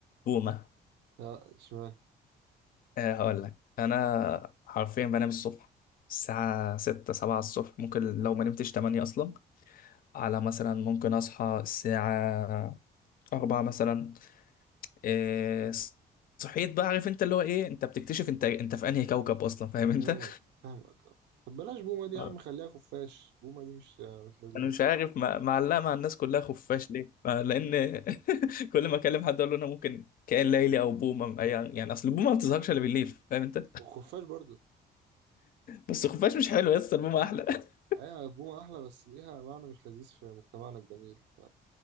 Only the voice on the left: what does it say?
بومة
آه، هقول لك انا حرفيا بنام الصبح الساعة ستة سبعة الصبح ممكن لو ما نمتش تمانية أصلا على مثلا ممكن أصحى الساعة أربعة مثلا إيه صحيت بقى عارف أنت اللي هو إيه أنت بتكتشف أنت أنت في أنهي كوكب أصلا فاهم أنت
<laughs>
آه.
أنا مش عارف مع- معلقة مع الناس كلها خفاش ليه آه، لأن <laughs> كل ما أكلم حد أقول له أنا ممكن كائن ليلي أو بومة أي- يعني أصل البومة ما بتظهرش إلا بالليل فاهم أنت
بس الخفاش مش حلو يا اسطى المهم احلى <laughs>